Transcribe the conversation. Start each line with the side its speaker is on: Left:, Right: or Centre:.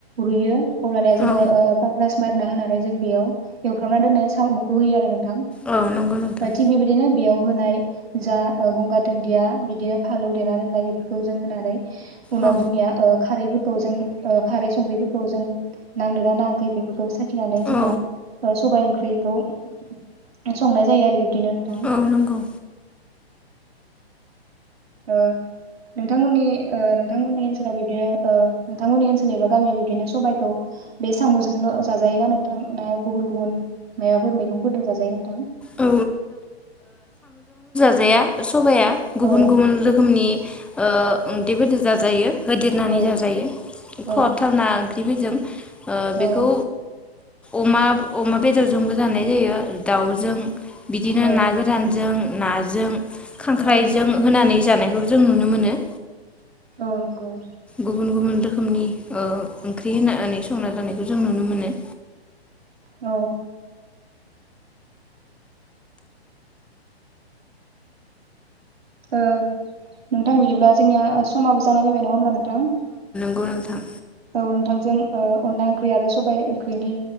Right: रुयो अब्लानिया जोंङो
Centre: औ
Right: ओ पाक रास मारिना होनानै जों बेयाव एवफ्रामना दोननाय सामुखौ होयो आरो नों थां।
Centre: औ नंगौ नोंथां
Right: दा थिग बेबायदिनो बेयाव होनाय जा ओ गंगार धुनदिया बिदिनो फालौ देना दोननाय बेफोरखौ जों होनानै उनाव
Centre: औ
Right: जोंनिया ओ खारैफोर खौ जों ओ खारै संख्रैफोरखौ जों नांदो ना खै बेफोर खौ साखिनानै जोंना
Centre: औ
Right: सबाय ओंख्रि ख्रैखौ संनाय जायो आरो बि बिदिनो नोंथां।
Centre: औ नंगौ
Right: ओ नोंथांमोननि ओ नोंथांमोननि ओनसोलाव बिब्दिनो ओ नोंथांमोननि ओनसोल एबा गामियाव बिब्दिनो सबायाइखौ बे सामजोंल जाजायो ना नोंथां ना गुबुन गुबुन माफोर मैगंफोरदों जाजायो नोंथां?
Centre: औ जाया स सबाया
Right: औ
Centre: गुबुन गुबुन रोखोमनि ओ ओंदै फोरदोजाजायो होदेरनानै
Right: औ
Centre: जाजायो
Right: औ
Centre: खहाबथारना थेवबो जों बेखौ
Right: औ
Centre: अमा अमा बेदरजोंबो जानाय जायो दाउजों बिदिनो
Right: औ
Centre: ना गोरानजों नाजों खांख्राइजों
Right: औ
Centre: होनानै जाबाय नायखौ जों नुनो मोनो
Right: गनगौ
Centre: गुबुन गुबुन रोखोमनि ओंख्रि होनानै संना जानायखौ जों नुनो मोनो
Right: औ नोंथां बिदिब्ला जोंनिया समाबो जाना फैबाय नङा होमब्ला नोंथां
Centre: गौ नोंथां
Right: औ नोंथांजों अनला ओंख्रि आरो सबाय ओंख्रिनि